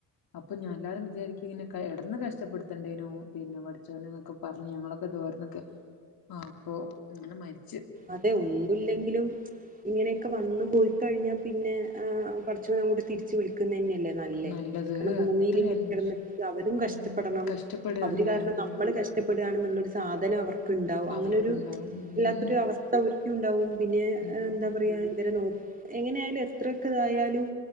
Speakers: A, on the left; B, on the right.
A: അപ്പൊ ഞാൻല്ലാവരും വിചാരിക്ക ഇങ്ങനെ ഇടന്ന് കഷ്ടപ്പെടുത്തണ്ടേനോ പിന്നെ പഠിച്ചോനെന്നൊക്കെ പറഞ്ഞ് ഞങ്ങളൊക്കെ ദുആരന്നുക്ക്. അപ്പൊ ഇങ്ങന മരി
B: അതെ ഒന്നുല്ലങ്കിലും ഇങ്ങനെക്കെ വന്നു പോയി കഴിഞ്ഞാ പിന്നെ ആ പടച്ചോനങ്ങോട്ട് തിരിച്ച് വിളിക്കുന്നന്നെയാ ല്ലേ നല്ലേ
A: നല്ലത്
B: കാരണം ഭൂമിലിങ്ങനെ
A: എത്ര അനുഭവിച്ചു
B: കെടന്നിട്ടവരും
A: ഉം
B: കഷ്ടപ്പെടണം
A: കഷ്ടപ്പെടാണല്ലേ
B: അവര് കാരണം
A: അതന്നെ
B: നമ്മ കഷ്ടപ്പെടുണന്നുള്ളരു സാധനം അവർക്ക്ണ്ടാവും അങ്ങനെ
A: അവർക്കുണ്ടാവും
B: ഒരു
A: ഉം
B: ഒരു അവസ്ഥ ഒരിക്കണ്ടാവും പിന്നെ
A: ഉണ്ടാവും
B: എന്താ പറയാ ഇവരെ നോ എങ്ങനെ ആയാലും എത്രയൊക്കെ ഇതായാലും